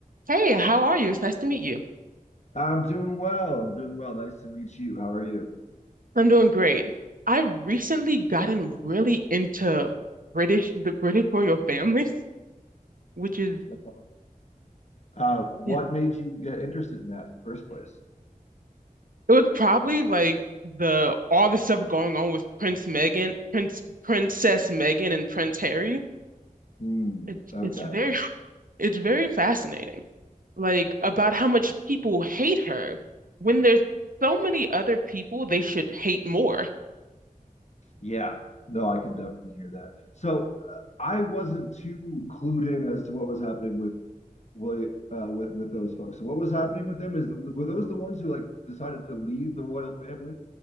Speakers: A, on the right; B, on the left.
A: Hey, how are you? It's nice to meet you.
B: I'm doing well. I'm doing well. Nice to meet you. How are you?
A: I'm doing great. I've recently gotten really into British, the British royal family, <laughs> which is,
B: That's awesome. Uh, what
A: Yeah.
B: made you get interested in that in the first place?
A: it was probably like the all the stuff going on with Prince Meghan, Prince Princess Meghan and Prince Harry.
B: Hmm.
A: It's
B: Okay.
A: it's very it's very fascinating. Like about how much people hate her when there's so many other people they should hate more.
B: Yeah. No, I can definitely hear that. So uh, I wasn't too clued in as to what was happening with William, uh, with with those folks. So what was happening with them is the, were those the ones who like decided to leave the royal family?